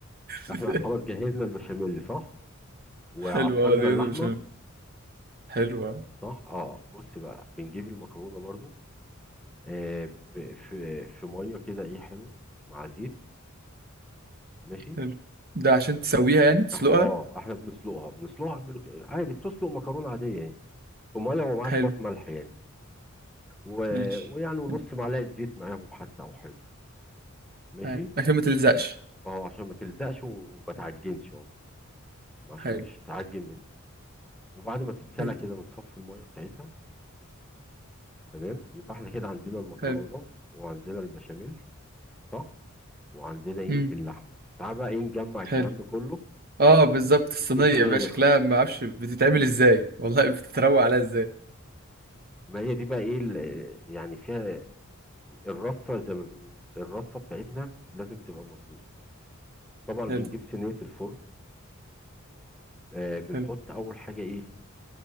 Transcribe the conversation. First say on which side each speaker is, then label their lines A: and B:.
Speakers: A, in the centre; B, on the right (about 45°).
A: <laughs>
B: <laughs>
A: احنا خلاص جهزنا البشاميل صح وعصجنا
B: حلوه اه دي
A: اللحمة
B: مشهور حلوه
A: صح اه بص بقى بنجيب المكرونة برضو آه ب- في في مية كده ايه حلو مع زيت ماشي
B: حلو ده عشان تسويها يعني تسلقها
A: احنا اه احنا بنسلقها بنسلقها بال- عادي بتسلق مكرونة عادية يعني وميه ومعاه
B: حلو
A: شويه ملح يعني و...
B: ماشي
A: ويعني ونص
B: حلو
A: معلقه زيت معاهم حتى او حاجه ماشي
B: حلو. عشان ما تلزقش
A: اهو عشان ما تلزقش و- وما تعجنش اهو عشان
B: حلو
A: مش تعجن منك وبعد ما تتسلق
B: حلو
A: كده بنصفي الميه بتاعتها تمام يبقى احنا كده عندنا المكرونه
B: حلو
A: وعندنا البشاميل صح وعندنا ايه
B: امم
A: اللحمه تعال بقى ايه نجمع الكلام
B: حلو
A: ده كله
B: اه بالظبط الصينيه
A: بتنية
B: بقى شكلها ما اعرفش بتتعمل ازاي والله بتتروق عليها ازاي
A: ما هي دي بقى ايه ال- يعني فيها الرصه زي ما بيقولوا الرصه بتاعتنا لازم تبقى مظبوطه طبعا
B: حلو
A: بنجيب صينيه الفرن آه بنحط
B: حلو
A: اول حاجه ايه